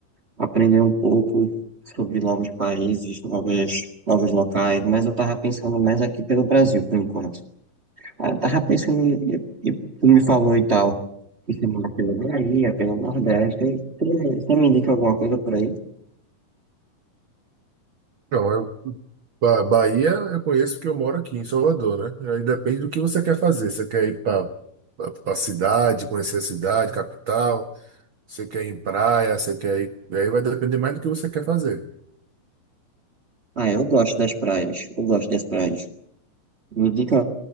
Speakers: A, on the right; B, on the right.
A: aprender um pouco sobre novos países, novas, novos locais, mas eu tava pensando mais aqui pelo Brasil, por enquanto. Aí Eu tava pensando, em- e, e tu me falou e tal, que você mora pela Bahia, pelo Nordeste, aí você você me indica alguma coisa por aí?
B: Então, eu, Ba- Bahia eu conheço porque eu moro aqui em Salvador, né? Aí depende do que você quer fazer. Você quer ir para a cidade, conhecer a cidade, capital, você quer ir em praia, você quer ir. Aí vai depender mais do que você quer fazer.
A: Ah, eu gosto das praias, eu gosto das praias. Me indica